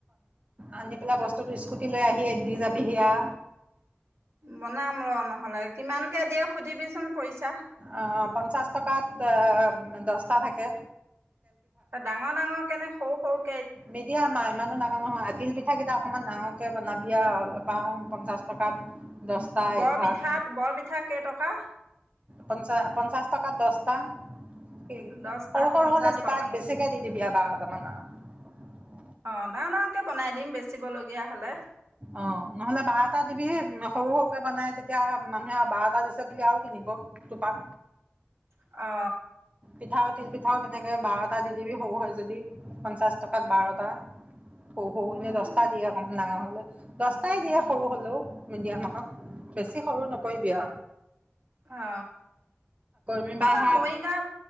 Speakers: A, on the right; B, on the right.
A: আনি পেলাই বস্তুটো স্কুটি লৈ আহিয়ে দি যাবিহি আও।
B: বনাম ৰ নহ'লে কিমানকে এতিয়া সুধিবিচোন, পইচা।
A: অ পঞ্চাশ টকাত দশটা থাকে। কে
B: ডাঙৰ ডাঙৰ কেনে সৰু সৰু
A: মিডিয়া আমা ইমানৰ ডাঙৰ- নহয় আ তিল পিঠা কেইটা অকনমান ডাঙৰকে বনাবি আও অল পাও পঞ্চাশ টকাত দহটা
B: বৰপিঠাত
A: এঘাৰত
B: বৰপিঠা কেইটকা?
A: পঞ্চা পঞ্চাছ প টকাত দছটা। কি
B: দহটাত
A: সৰু সৰু
B: পঞ্চাছ
A: হলে দুটা
B: টকা
A: বেছিকে দি দিবি আৰু বাও। ামান <unintelligible>
B: অ ডাঙৰ ডাঙৰকে বনাই দিম বেচিবলগীয়া হলে
A: অ নহলে বাহ এটা দিবি সৰু সৰুকে বনাই তেতিয়া মানুহে বাৰ এটা দিছে বুলি আৰু কিনিব টোপা
B: অ
A: পিঠাও তিল পিঠাও তেনেকে বাৰটা দি দিবি সৰু হয় যদি পঞ্চাশ টকাত বাৰটা হ হৌ এনে
B: উম
A: দহটা দিয়ে অকমান ডাঙৰ দছটাই দিয়ে সৰু হলেও নিদিয়া নহ বেছি সৰু নেকি ক বিয়া
B: অ
A: মিবাই
B: তপা
A: হা
B: মৰিগাঁ